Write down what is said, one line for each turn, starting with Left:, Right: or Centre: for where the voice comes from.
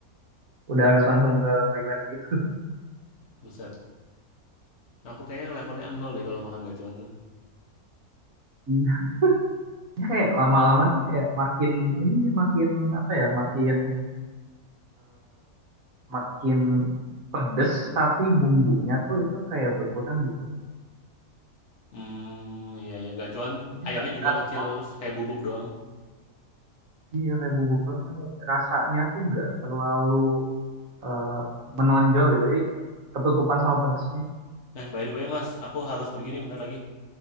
Right: udah harus langsung ke toilet gitu.
Left: Buset, aku kayaknya levelnya nol deh kalau makan gacoan tuh.
Right: Iya, Ya, kayak lama-lama tuh kayak makin ini sih makin apa ya makin makin pedes tapi bumbunya tuh itu kayak berkurang gitu.
Left: hmm iya ya gacoan
Right: Ini
Left: ayamnya
Right: agak
Left: juga
Right: agak-
Left: kecil kayak bubuk doang.
Right: iya kayak bubuk doang nih. Rasanya tuh nggak terlalu eh, menonjol gitu. Jadi ketutupan sama pedesnya.
Left: Eh, by the way Mas, aku harus pergi nih bentar lagi.